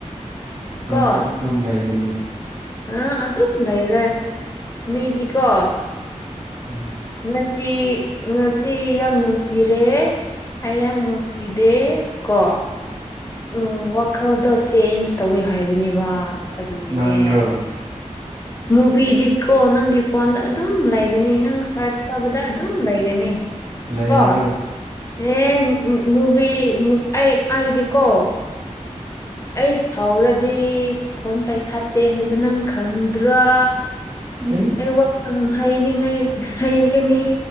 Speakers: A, on the right (about 75°); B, on the left (about 25°).
A: ꯅꯪꯁꯨ
B: ꯀꯣ
A: ꯑꯗꯨꯝ ꯂꯩꯒꯅꯤ
B: ꯑꯥ ꯑꯗꯨꯝ ꯂꯩꯔꯣꯏ ꯃꯤꯗꯤꯀꯣ
A: ꯎꯝ
B: ꯉꯁꯤ ꯉꯁꯤ ꯌꯥꯝ ꯅꯨꯡꯁꯤꯔꯦ ꯍꯌꯥꯡ ꯅꯨꯡꯁꯤꯗꯦ ꯀꯣ ꯎꯝ ꯋꯥꯈꯜꯗꯣ ꯆꯦꯟꯖ ꯇꯧꯋꯤ ꯍꯥꯏꯕꯅꯦꯕ ꯑꯗꯨꯒꯤꯅꯦ
A: ꯅꯪꯔꯣ
B: ꯃꯨꯚꯤꯗꯤꯀꯣ ꯅꯪꯒꯤ ꯐꯣꯟꯗ ꯑꯗꯨꯝ ꯂꯩꯒꯅꯤ ꯅꯪ ꯁꯔꯁ ꯇꯥꯧꯕꯗ ꯑꯗꯨꯝ ꯂꯩꯒꯅꯤ
A: ꯂꯩꯔꯔꯣꯏ
B: ꯀꯣ ꯑꯦ ꯃꯨꯚ ꯑꯩ ꯑꯩꯗꯤꯀꯣ ꯑꯩ ꯁꯥꯎꯔꯗꯤ ꯐꯣꯟ ꯄꯥꯏꯈꯥꯠꯇꯦ ꯍꯥꯏꯕ ꯅꯪ ꯈꯪꯗ꯭ꯔꯣ
A: ꯎꯝ
B: ꯑꯩ ꯋꯥꯃ ꯅꯪ ꯍꯉ ꯍꯩꯒꯅꯤ